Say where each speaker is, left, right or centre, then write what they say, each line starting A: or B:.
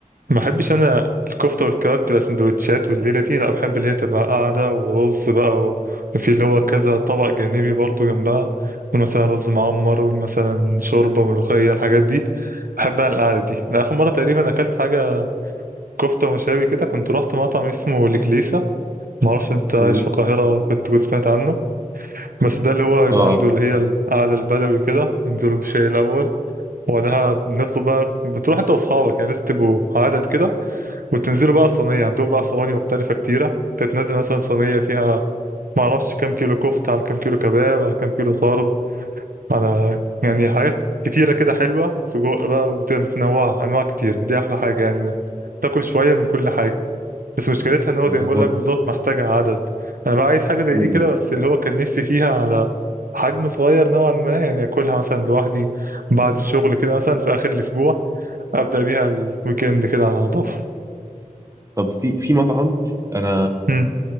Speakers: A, on the right (about 80°); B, on the right (about 20°).
A: ما بحبش انا الكفته والكباب تبقى سندوتشات والليله دي لا بحب اللي هي تبقى قاعده ورز بقى و- وفي اللي هو كذا طبق جانبي برضو جنبها مثلا رز معمر ومثلا شوربه ملوخيه الحاجات دي بحب انا القعده دي انا اخر مره تقريبا اكلت حاجه كفته ومشاوي كده كنت رحت مطعم اسمه الكليسه ما اعرفش انت
B: مم.
A: عايش في القاهره كنت تكون سمعت عنه بس ده اللي هو يبقى
B: اه آه،
A: عنده اللي هي القعده البدوي كده ينزلوا بشاي الاول وبعدها نطلب بقى بتروح انت واصحابك يعني لازم تبقوا عدد كده وتنزلوا بقى الصينية عندهم بقى صواني مختلفة كتيرة تتنزل مثلا صينية فيها معرفش كام كيلو كفتة على كام كيلو كباب على كام كيلو طرب على يعني حاجات كتيرة كده حلوة سجق بقى وتبقى متنوعة أنواع كتيرة دي أحلى حاجة يعني إنك تاكل شوية من كل حاجة بس مشكلتها إن هو
B: بالظبط
A: زي ما بقول لك بالظبط محتاجة عدد أنا بقى عايز حاجة زي
B: م-
A: دي
B: م.
A: كده بس اللي هو كان نفسي فيها على حجم صغير نوعا ما يعني أكلها مثلا لوحدي بعد الشغل كده مثلا في آخر الأسبوع أبدأ بيها الويكند كده على نضافة
B: طب في في مطعم انا
A: مم.